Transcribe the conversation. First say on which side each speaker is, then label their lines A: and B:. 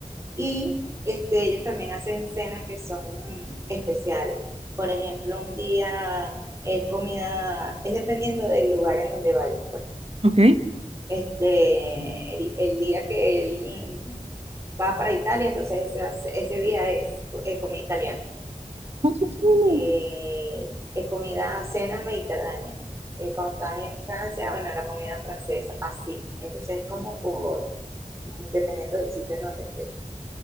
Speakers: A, on the right; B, on the right.
A: Y este, ellos también hacen cenas que son mm, especiales. Por ejemplo, un día es comida, es dependiendo del lugar en donde vayas, pues.
B: Ok. Ay,
A: Este, el, el día que él va para Italia, entonces ese, ese día es es comida italiana
B: qué fino.
A: eh, eh, comida, cenas mediterráneas. Eh, cuando estás en Francia, bueno, la comida francesa, así. Entonces es como por, dependiendo del sitio en donde estés.